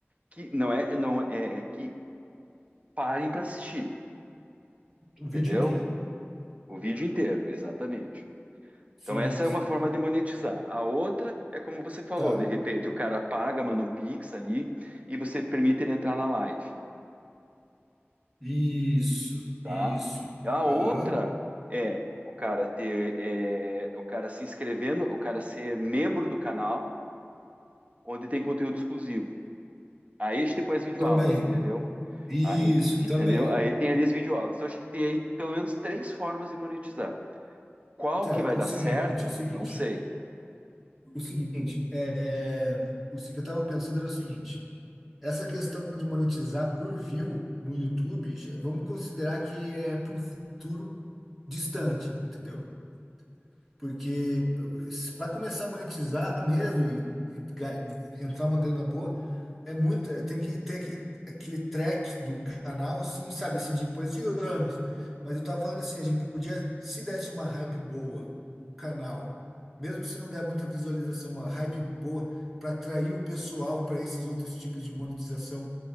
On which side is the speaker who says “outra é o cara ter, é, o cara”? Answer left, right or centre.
Right